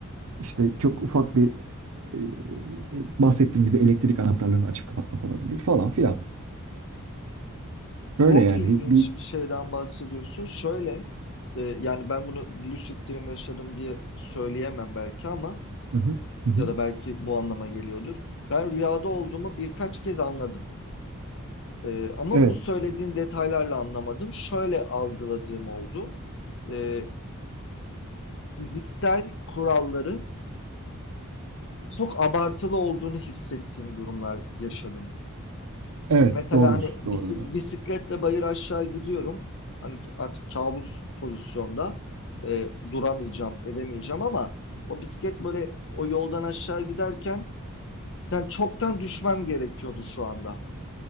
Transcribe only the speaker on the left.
Çok
ilginç
bir şeyden bahsediyorsun. Şöyle, e, yani ben bunu lucid dream yaşadım diye söyleyemem belki ama
ya da belki bu anlama geliyordur. Ben rüyada olduğumu birkaç kez anladım. E, ama
bu söylediğin detaylarla anlamadım. Şöyle algıladığım oldu. E, fiziksel kuralların çok abartılı olduğunu hissettiğim durumlar yaşadım.
Mesela
hani bisik-
bisikletle bayır aşağı gidiyorum. Hani artık kabus pozisyonda e, duramayacağım, edemeyeceğim ama o bisiklet böyle o yoldan aşağı giderken yani çoktan düşmem gerekiyordu şu anda.